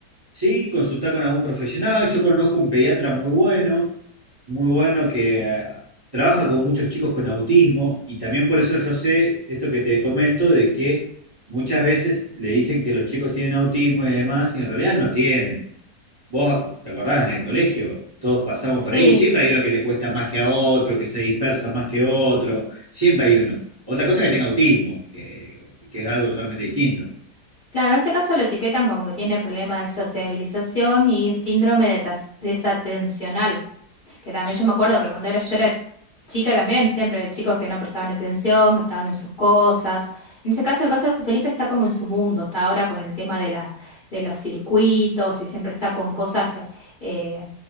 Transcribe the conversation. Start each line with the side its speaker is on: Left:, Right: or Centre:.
Right: sí, consultar con algún profesional. Yo conozco un pediatra muy bueno, muy bueno que eh, trabaja con muchos chicos con autismo y también por eso yo sé esto que te comento de que muchas veces le dicen que los chicos tienen autismo y demás y en realidad no tienen. Vos, ¿te acordás en el colegio? Todos pasamos
Left: sí.
Right: por ahí. Siempre hay uno que le cuesta más que a otro, que se dispersa más que otro. Siempre hay uno. Otra cosa es que tenga autismo, que, que es algo totalmente distinto.
Left: Claro, en este caso lo etiquetan como que tiene problemas de sociabilización y síndrome de tas- desatencional. que también yo me acuerdo que cuando era, yo era chica también, siempre había chicos que no prestaban atención, que estaban en sus cosas. En este caso, el caso de Felipe está como en su mundo, está ahora con el tema de la, de los circuitos y siempre está con cosas, eh, eh,